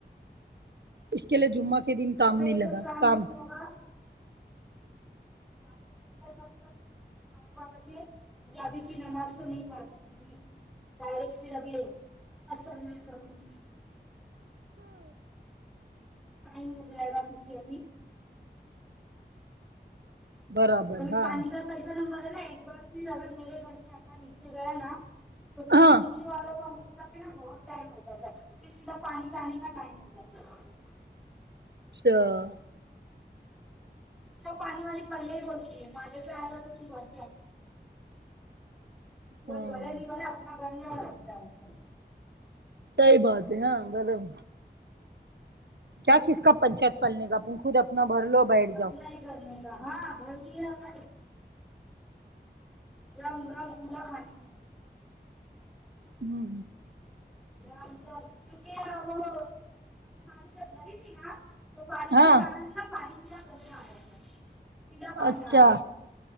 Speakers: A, on the right; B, in the centre.
A: اس کے لیے جمعہ کے دن کام
B: اب میں
A: نہیں
B: یہ
A: لگا
B: سب
A: کام
B: نہیں ہوگا تا سب کرتے پھر آ کے مھے ابھی کی نماز تو نہیں پڑ پائ گے ڈائریک پھر ابھی اصل میں کروں گی پائ نہیں ہو جائے گا کیونکہ ابھی
A: برابر
B: اور ا
A: ہاں
B: پانی کا پیسہ نمب رہا نا ایک بار پھر اگر میرے گھر سے آتا نیچے گیا نا تو پھر
A: ہاں
B: نیچے والے کو نا بہت ٹائم ہو جاتا ہے پھر سیدھا پانی جانے کا ٹائم ہو جاتا ہے
A: اچھا <inaudible>
B: وہ پانی والی پریا ہی بولتی ہے مالے پہ آ گا تو صبھرتے کوئی
A: ہاں
B: گھر نہیں گھر اپنا گگتا ہے
A: صحیح بات ہے ہاں ملب کیا کس کا پنچات پلنے کا اپ خود اپنا بھر لو بیٹھ جاؤ
B: اپلائی کرنے کا ہاں گھر ہی گ رام رام ملا خھانی ل
A: ہوں
B: گ کیک وہانی بری ت نا تو بارش
A: ہاں
B: کے کن نا پانی پورا گندا آیا س پھا پانی
A: اچھا
B: آ رہا تھا